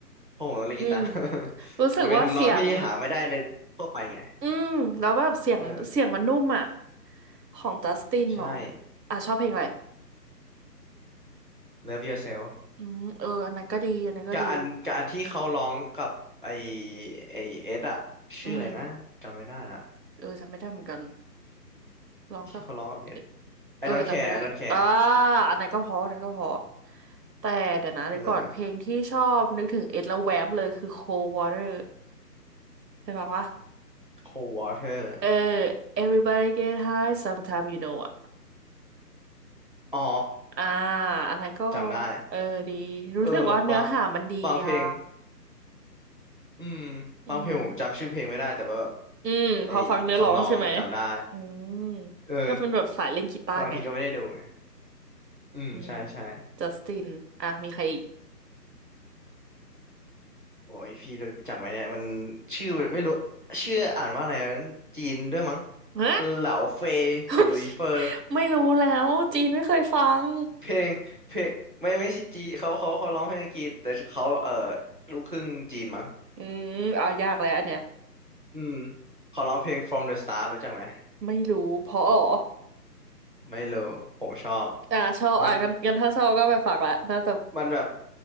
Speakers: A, on the right; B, on the right.
A: เพราะผมต้องเล่นกีตาร์
B: อืมรู้สึกว่าเสียง
A: <laughs> มันเป็นทำนองที่หาไม่ได้ในทั่วไปไง
B: อืมแล้วแบบเสียงเสียงมันนุ่มอ่ะ
A: เออ
B: ของจัสตินเหรอ
A: ใช่
B: อ่ะชอบเพลงอะไร
A: Love Yourself
B: อืมเอออันนั้นก็ดีอันนั้นก็ดี
A: กับอันกับอันที่เขาร้องกับไอไอเอสอะชื่ออะไรนะจำไม่ได้ละ
B: อืมเออจำไม่ได้เหมือนกันร้องครับเอ
A: ที่เขาร้องกับเอส
B: เออจำไม่ได้อ่า
A: I don't care I don't care
B: อันนั้นก็เพออันนั้นก็เพอแต่เดี๋ยวนะเดี๋ยวก่อนเพลงที่ชอบนึกถึงเอ็ดแล้วแวบเลยคือ
A: เออ
B: Cold Water เคยฟังวะ
A: Cold Water
B: เออ Everybody Get High Sometime You Know อ่ะ
A: อ๋อ
B: อ่าอันนั้นก็
A: จำได้
B: เออดีรู้สึกว่าเนื้อหามันดีอ่ะ
A: เออบางบางเพลงอืมบางเพลงผมจำชื่อเพลงไม่ได้แต่ว่าแบบ
B: อืมอืมพอฟังเนื้อร้องใช่ไหม
A: ไอทำนองอะจำได้
B: อืม
A: เออ
B: ก็เป็นแบบสายเล่นกีตาร์ไง
A: บางทีก็ไม่ได้ดูไงอืมใช่ใช่
B: อืมจัสติน อ่ะมีใครอีก
A: โอ้ยพี่รู้จักไหมเนี่ยมันชื่อไม่รู้ชื่ออ่านว่าอะไรนะจีนด้วยมั้ง
B: ฮะ
A: เหลาเฟยหลุยเฟอ
B: <laughs> ไม่รู้แล้วจีนไม่เคยฟัง
A: เพลงเพลงไม่ไม่ใช่จีเขาเขาเขาร้องเพลงอังกฤษแต่เขาเอ่อลูกครึ่งจีนมั้ง
B: อืมเอายากแล้วอันเนี้ย
A: อืมเขาร้องเพลง From the Start รู้จักไหม
B: ไม่รู้ เพราะอ๋อ
A: ไม่รู้ผมชอบ
B: อ่าชอบอ่ะงั้นงั้นถ้าชอบก็ไปฟังละน่าจะ
A: มันมันแบบ